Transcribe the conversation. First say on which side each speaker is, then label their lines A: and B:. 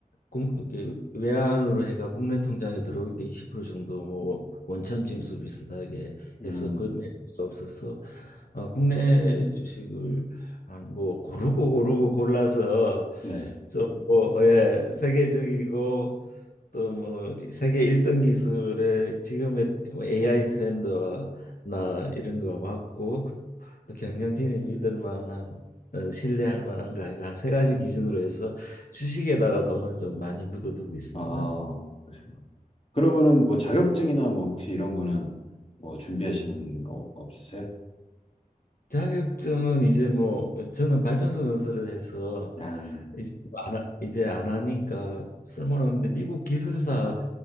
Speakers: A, on the left; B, on the left.
A: 국- 이게 외환으로 해가 국내 통장에 들어올 때 20% 정도 뭐 원천 징수 비슷하게
B: 음,
A: 해서 그 매력이 없어서 어, 국내 주식을 한 뭐 고르고 고르고 골라서
B: 네.
A: 좀뭐예 세계적이고 또 뭐 세계 1등 기술의 지금의 뭐 AI 트렌드나 이런 거 맞고 경영진이 믿을 만한 어, 신뢰할 만한가 가 한세 가지 기준으로 해서 주식에다가 돈을 좀 많이 묻어두고 있습니다.
B: 아, 그러시구나. 그러면은 뭐 자격증이나 뭐 혹시 이런 거는 뭐 준비하시는 거 없으세요?
A: 자격증은 이제 뭐 저는 발전소 건설을 해서
B: 아,
A: 이제 뭐 안, 하- 이제 안 하니까 쓸모없는데 미국 기술사